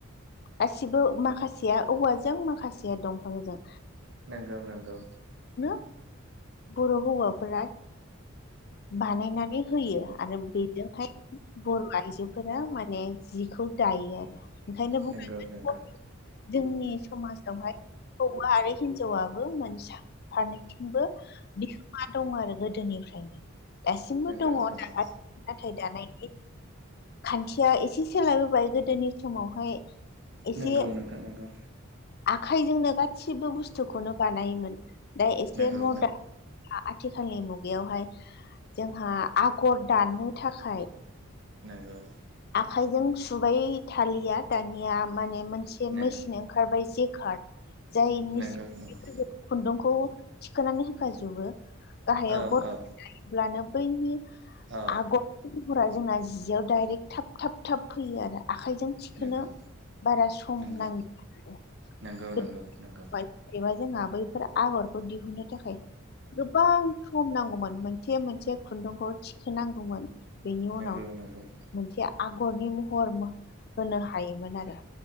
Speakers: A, on the left; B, on the right.
A: गासिबो माखासेया औवाजों माखासेया दंफांजों
B: नंगौ नंगौ
A: <unintelligible> बर' हौवाफोरा बानायनानै होयो आरो बेजोंहाय बर' आइजोफोरा माने जिखौ दायो आरो ओंखायनो बुं
B: नंगौ
A: <unintelligible>
B: नंगौ
A: जोंनि समाजावहाय हौवा आरो हिनजावाबो मोनसाफारनै बो बिहोमा दं आरो गोदोनिफ्रायनो दासिमबो
B: नंगौ
A: दंङ
B: नंगौ
A: नाथाय दानायनि खान्थिया एसे सोलाय बोबाय गोदोनि समावहाय एसे
B: नंगौ नोंथां नंगौ
A: आखाइजोंनो गासिबो बुस्थुखौनो बानायोमोन दा एसे
B: नंगौ
A: मदारन आ आथिखालनि मुगायावहाय जोंहा आगर दाननो थाखाय
B: नोंगौ
A: आखाइजों सुबाय थालिया दानिया माने मोनसे
B: नंगौ
A: मेसिन ओं ओंखारबाय जे कार्ड जाय मिस
B: नंगौ नंगौ
A: खुन्दुंखौ थिखोनानै होखाजोबो गाहायाव
B: औ
A: गरखा
B: औ
A: गाब्लानो बै
B: औ
A: आगरफोरा जोंना जियाव दाइरेक्ट थाब थाब थाब फैयो आरो आखाइजों थिखोनो
B: नंगौ
A: बारा सम
B: नंगौ
A: नांला आरो
B: नंगौ
A: <unintelligible>
B: नंगौ नंगौ
A: एबा जोंहा बैफोर आगरखौ दिहुननो थाखाय गोबां सम नांगौमोन मोनसे मोनसे खुन्दुंखौ थिखोनांगौमोन बेनि
B: नंगौ
A: उनाव
B: नंगौ
A: मोनसे आगरनि महर होनो हायोमोन आरो